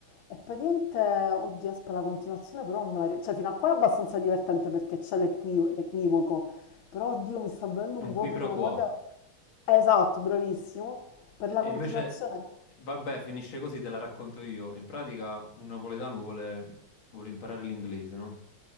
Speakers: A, on the left; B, on the left.
A: e praticamente, oddio, aspetta la continuazione, però non me la ri- Cioè, fino a qua è abbastanza divertente perché c'è l'equi- l'equivoco, però, oddio, mi sta venendo un
B: Un
A: vuoto
B: qui
A: di
B: pro
A: memoria.
B: quo.
A: Eh, Esatto, bravissimo. Per la
B: E
A: continuazione.
B: invece, vabbè, finisce così, te la racconto io. In pratica, un napoletano vuole, vuole imparare l'inglese, no?